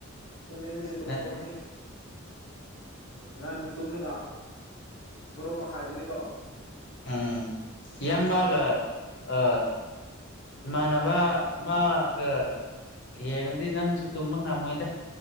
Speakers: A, on the left; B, on the left.
A: ꯇꯨꯝꯅꯤꯡꯂꯗꯤ ꯇꯨꯝꯊꯣꯛꯀꯅꯤ
B: ꯅꯠꯇꯦ
A: ꯉꯟꯅ ꯇꯨꯝꯂꯒ ꯕꯣꯔꯣ ꯃꯈꯥꯏꯗꯅꯤꯀꯣ
B: ꯎꯝ ꯏꯌꯥꯝꯝꯕꯒ
A: ꯑꯁ ꯑꯗꯨꯗꯤ
B: ꯑ ꯏꯃꯥꯟꯅꯕ ꯑꯃꯒ ꯌꯦꯡꯉꯗꯤ ꯅꯪꯁꯨ ꯇꯨꯝꯕ ꯉꯝꯃꯣꯏꯗ